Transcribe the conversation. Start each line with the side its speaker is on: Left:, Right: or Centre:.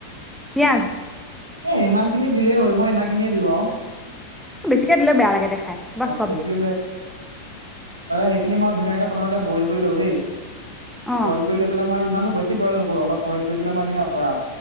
Centre: পিয়াজ
Right: এ ইমান খিনি দিলেই হ'ল মই ইমান খিনিয়ে দিওঁ আৰু
Centre: বেছিকে দিলে বেয়া লাগে দেখাই বচ
Right: বেছিক সেইখিনি মই ধুনীয়াকে প্ৰথতে বইল শুই লও দেই
Centre: অ',
Right: বইল কৰি লৈ পেলাই মই ইমানো বেছি বইল নকৰো অলপ বইল কৰি পেলাই মইখিনি আতৰাও